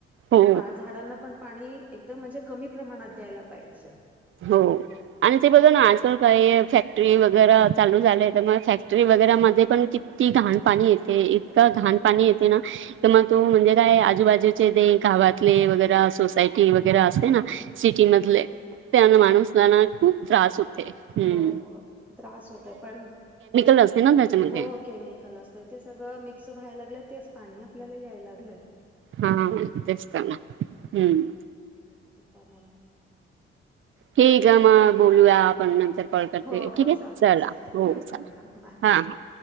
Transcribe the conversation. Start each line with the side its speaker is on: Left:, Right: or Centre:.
Right: हो
Centre: मग झाडांना पण पाणी एकदम म्हणजे कमी प्रमाणात द्यायला पाहिजे.
Right: हो! आणि ते बघ ना आजकाल काही फॅक्टरी वगैरे चालू झालय तर मग फॅक्टरी वगैरे मध्ये पण ती घाण पाणी येते इतकां
Centre: हो हो
Right: घाण पाणी येते ना तर मग तो म्हणजे काय आजूबाजूचे ते गावातले वगैरे सोसायटी वगैरे असते ना सिटी मधले त्यानं
Centre: हो
Right: माणूसाला ना खूप त्रास होते. हम्म
Centre: हो हो त्रास होतय पण!
Right: नसते ना त्याच्यामध्ये
Centre: हो केमिकल असतय ते सगळं मिक्स व्हाय लागलेत. तेच पाणी आपल्याला याय लागलंय.
Right: हा तेस्तना हम्म!
Centre: प्रमाणा
Right: ठीक आहे मग बोलूया आपण नंतर कॉल करते
Centre: हो हो
Right: ठीक आहे
Centre: चालतय
Right: चला
Centre: चालतय
Right: हो
Centre: ठेवू
Right: चाला
Centre: का मॅडम बाय
Right: हां हां.